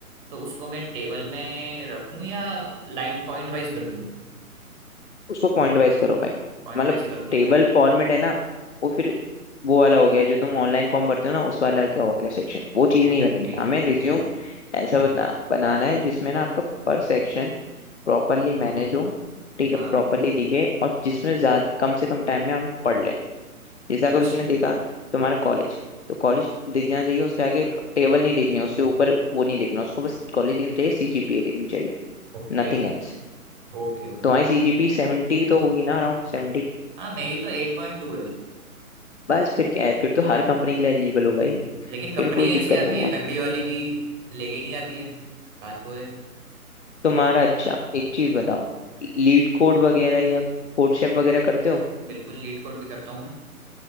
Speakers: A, on the right; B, on the left.
A: तो उसको मैं टेबल में रखूं या लाइन पॉइंट वाइज कर दूं
B: उसको पॉइंट वाइज करो भाई
A: पॉइंट
B: मतलब
A: वाइज ही करूँ ना
B: टेबल फॉर्मेट है ना वो फिर वो वाला हो गया जो तुम ऑनलाइन फॉर्म भरते हो ना उस वाला का हो गया सेक्शन वो चीज़ नहीं
A: ओके
B: रखनी हमें रिज्यूम ऐसा बता, बनाना है जिसमें ना आपका पर सेक्शन प्रॉपरली मैनेज हो ठीक
A: हाँ
B: है प्रॉपरली दिखे और जिसमें ज्यादा कम से कम टाइम में हम पढ़ लें जैसे
A: अच्छा
B: अगर उसने देखा तुम्हारा कॉलेज तो कॉलेज दिख जाना चाहिए उसके आगे टेबल नहीं देखनी है, उसके ऊपर वो नहीं देखना उसको बस कॉलेज दिखनी चाहिए सीजीपीए दिखनी चाहिए
A: ओके
B: Nothing else
A: ओके ओके
B: तुम्हारी सीजीपी सेवेंटी तो होगी ना अराउंड सेवेंटी?
A: हाँ मेरी तो एट पॉइंट टू है
B: बस फिर क्या है फिर तो हर कंपनी के लिए एलिजिबल हो भाई
A: लेकिन कंपनियां
B: फिर कोई दिक्कत
A: ऐसी आती
B: नहीं
A: है
B: है
A: तगड़ी वाली की लेके ही नहीं जाती है बात वो है
B: तुम्हारा अच्छा एक चीज बताओ लीड कोड वगैरह या कोड शेफ वगैरह करते हो
A: बिल्कुल लीड कोड भी करता हूँ मैं